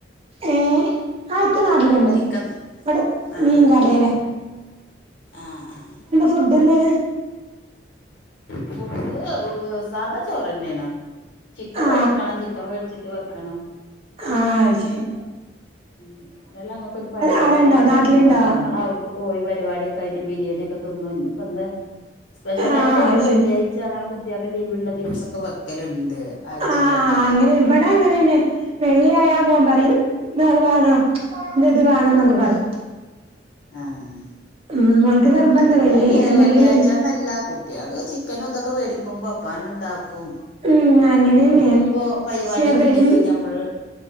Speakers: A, on the right; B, on the left.
A: ഏഹ് അതൊക്കെ നാട്ടിലുണ്ട് ഇവിടെ
B: ഇക്ക ആഹ്
A: മീൻകടല്ലേ
B: ആഹ് ആഹ് ആഹ്
A: ഫുഡ്ന്ന്
B: ഫുഡ് സാധാ ചോറ് തന്നെയാണ് ചിക്കൻ
A: ആ
B: മേടിക്കണം ചിക്കൻ മേടിച്ചിട്ട് വെക്കണം
A: ആഹ് ശെരി
B: ഇന്നലെ ഞങ്ങൾക്കൊരു പരിപാടി
A: അവിടെണ്ടോ
B: ഉണ്ടായിരുന്നു
A: നാട്ടിലുണ്ടോ
B: അപ്പൊ ഞങ്ങൾ അവിടെ പോയി പരിപാടൊക്കെയായിട്ട് ബിരിയാണി ഒക്കെ തുന്ന് ഇന്ന് ഇപ്പോ സ്പഷ്യൽ ആയിട്ട്
A: ആ
B: ഞങ്ങൾ
A: അയ്
B: വെള്ളിയാഴ്
A: ശരി
B: ച്ച അങ്ങനെ കുട്ടികൾക്ക് ലീവ് ഉള്ള ദിവസൊക്കെ വെക്കലുണ്ട് ആഴ്ചയിലൊക്കെ
A: ആ അങ്ങനെ ഇവിടെ അങ്ങനെന്നെ വെള്ളിയായാൽ മോൻ പറയും ഇന്ന് അത് വേണോ ഇന്ന് ഇത് വേണോ എന്നൊക്കെ പറയും
B: ആഹ്.
A: ഉം ഓൻക്ക് നിർബന്ധ
B: പിന്നെ
A: വെള്ളി എന്തെങ്കിലുംന്ന്
B: വെള്ളിയാഴ്ചന്നല്ല കുട്ടിയക്ക് ചിക്കനും ഇതൊക്കെ വേടിക്ക ക്കുമ്പോ അപ്പാണ്ട് ഉണ്ടാക്കും
A: ഉം അങ്ങനെന്നെ
B: ഒക്കും
A: പക്ഷെ
B: ഇപ്പോ പരിപാടിയൊന്നും
A: വെള്ളി
B: ഇല്ലെങ്കിലും ഞമ്മള്